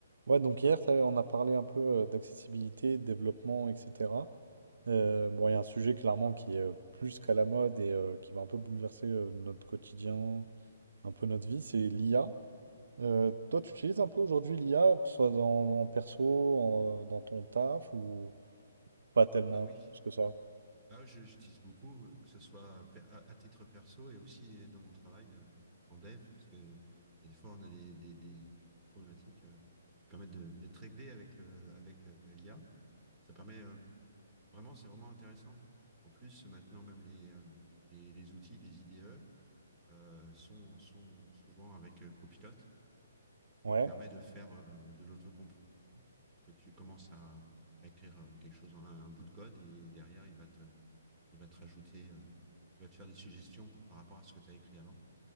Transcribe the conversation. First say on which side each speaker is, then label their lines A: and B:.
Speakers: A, on the right; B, on the right.
A: Ouais, donc hier, ça, on a parlé un peu euh, d'accessibilité, de développement, etc. Euh, bon, il y a un sujet clairement qui est euh, plus qu'à la mode et euh, qui va un peu bouleverser euh, notre quotidien, un peu notre vie, c'est l'IA. Euh, toi, tu utilises un peu aujourd'hui l'IA, que ce soit dans, en perso, en- dans ton taf, ou pas tellement,
B: Ah oui.
A: pas plus que
B: Mm.
A: ça?
B: Ah, je- j'utilise beaucoup, euh, que ce soit pe- à, à titre perso et aussi euh, dans mon travail euh, en dev, parce que il y a des fois, on a des, des- des problématiques euh, qui permettent de- d'être réglées avec le, avec le- l'IA. Ça permet euh, vraiment, c'est vraiment intéressant. En plus, maintenant, même les, euh, les, les outils, les IDE, euh, sont, sont souvent avec euh, Copilot, qui
A: Ouais.
B: permet de faire euh, de l'autocomplete, que tu commences à, à écrire euh, quelque chose, un, un bout de code, et derrière, il va te il va te rajouter, euh, il va te faire des suggestions par rapport à ce que tu as écrit avant.